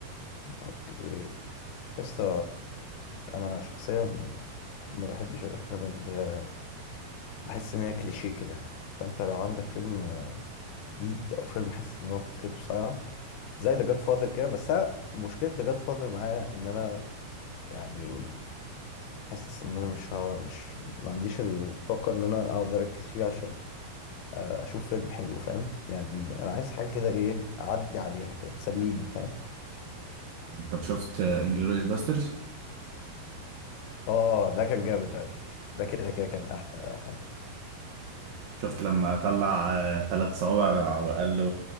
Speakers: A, on the left (about 80°); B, on the right (about 80°).
A: اوكي يا اسطى انا شخصيا ما بحبش الافلام اللي هي بحس ان هي كليشيه كده فانت لو عندك فيلم آه، جديد او فيلم حاسس ان هو فكرته صايعه زي ذا جاد فاذر كده بس انا مشكله ذا جاد فاذر معايا ان انا يعني حاسس ان انا مش ها مش ما عنديش الطاقه ان انا اقعد اركز فيه عشان آه، اشوف فيلم حلو فاهم يعني انا عايز حاجه كده ايه اعدي عليها كده تسليني فاهم
B: طب شفت انجلوريوس باسترز
A: اه ده كان جامد اوي ده كده كده كان احلى حاجة
B: شفت لما طلع ثلاث صوابع وقال له